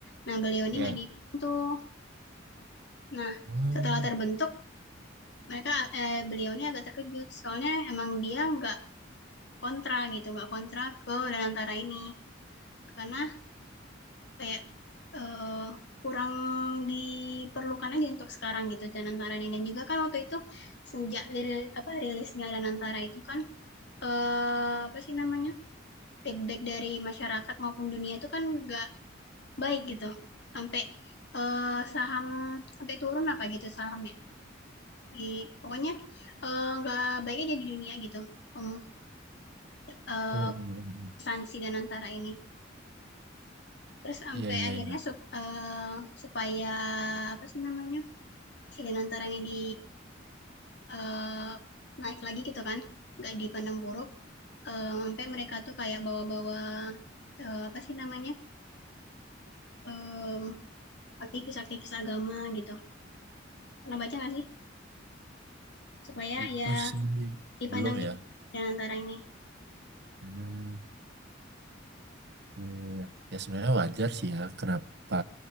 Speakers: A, on the left (about 65°); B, on the right (about 60°).
A: Nah beliau ini
B: Ya.
A: nggak diikutin tuh. Nah,
B: Hmm.
A: setelah terbentuk mereka eee, beliau ini agak terkejut soalnya emang dia nggak kontra gitu, nggak kontra ke Danantara ini. Karena Kayak, eee, kurang diperlukan aja untuk sekarang gitu Danantara ini dan juga kan waktu itu sejak liril apa, rilisnya Danantara itu kan, eee, apa sih namanya, feedback dari masyarakat maupun dunia itu kan nggak baik gitu. Sampai, eee, saham sampai turun apa gitu sahamnya, di pokoknya, eee, nggak eh, baik aja di dunia gitu, um eee,
B: Hmm.
A: sanksi Danantara ini. Terus sampai
B: Iya, iya,
A: akhirnya
B: iya.
A: sup eee, supaya apa sih namanya Si Danantara ini di eee, naik lagi gitu kan, nggak dipandang buruk, eee, ampe mereka tuh kayak bawa-bawa, eee, apa sih namanya, mmm, aktivis-aktivis agama gitu. Pernah baca nggak sih? Supaya
B: Itu
A: ya
B: sih
A: dipandang
B: belum
A: juga
B: ya.
A: Danantara ini.
B: Hmm. Iya, iya, iya. Ya sebenarnya wajar sih ya kenapa